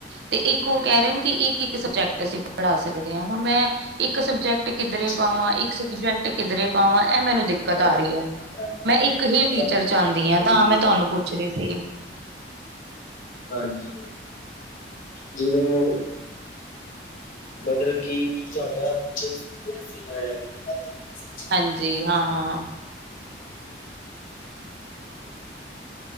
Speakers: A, on the right; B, on the left.
A: ਤੇ ਇੱਕ ਉਹ ਕੇਹ ਰਹੇ ਨੇ ਕਿ ਇੱਕ-ਇੱਕ ਸਬਜੈਕਟ ਅਸੀਂ ਪੜਾ ਸਕਦੇ ਹਾਂ, ਹੁਣ ਮੈਂ ਇੱਕ ਸਬਜੈਕ ਟ ਕਿੱਧਰੇ
B: ਅੱਛਾ
A: ਪਾਵਾਂ, ਇੱਕ ਸਬਜੈਕਟ ਕਿੱਧਰੇ ਪਾਵਾਂ, ਏਹ ਮੈਨੂੰ ਦਿੱ ਕਤ
B: ਹਾਂਜੀ
A: ਆ ਰਹੀ
B: ਉਹ
A: ਹੈ।
B: ਤਾਂ
A: ਮੈਂ ਇੱਕ ਹੀ
B: ਉਹ
A: ਟੀਚਰ
B: ਤਾਂ ਫਿਰ
A: ਚਾਂਦੀ
B: ਹਾਂਜੀ,
A: ਆ, ਤਾਂ ਮੈਂ ਤੁਹਾਨੂੰ ਪੁੱਛ ਰਈ ਸੀ।
B: ਹਾਂਜੀ, ਜਿਵੇਂ ਮਤਲਬ ਕੀ ਤੁਆਡਾ ਬੱਚਾ ਈ ਸੀ ਜੋ ਅਸੀਂ <unintelligible>
A: ਹਾਂਜੀ ਹਾਂ।